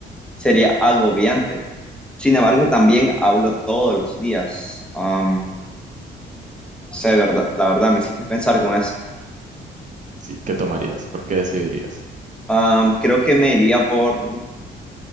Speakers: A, in the centre; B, on the right (about 40°).
A: sería agobiante. Sin embargo, también hablo todos los días. Am, sé, verdad, la verdad, me hiciste pensar con eso.
B: Sí, ¿qué tomarías? ¿Por qué decidirías?
A: Am, creo que me iría por,